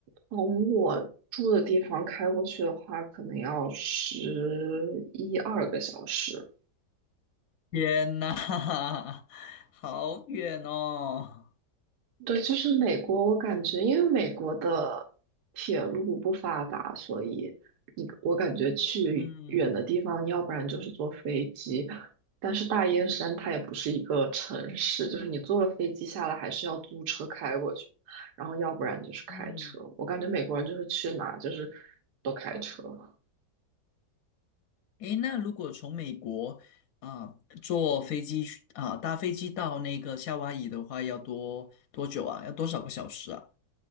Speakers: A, on the right; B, on the left.
A: 从我住的地方开过去的话，可能要十一二个小时。
B: 天呐，<laughs> 好远哦！
A: 对，就是美国，我感觉因为美国的铁路不发达，所以你我感觉去远的地方，
B: 嗯
A: 要不然就是坐飞机。但是大燕山它也不是一个城市，就是你坐了飞机下来，还是要租车开过去，然后要不然就是开车。
B: 嗯，
A: 我感觉美国人就是去哪就是都开车。
B: 诶，那如果从美国啊、坐飞机去啊、搭飞机到那个夏威夷的话，要多多久啊？要多少个小时啊？